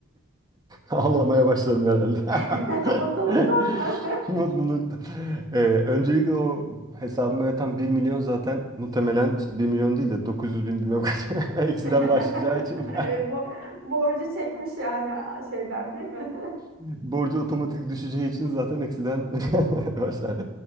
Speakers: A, on the right; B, on the right.
A: Ağlamaya başlarım herhalde.
B: <laughs> Mutluluktan
A: <laughs>
B: mı?
A: Mutluluktan. Ee, öncelikle o hesabıma yatan bir milyon zaten muhtemelen işte 1 milyon değil de 900 bin bilmem kaç <laughs> eksiden
B: <laughs>
A: başlayacağı için
B: Bo borcu çekmiş yani şeyden değil mi?
A: <laughs> borcu otomatik düşeceği için zaten eksiden <laughs> başlar.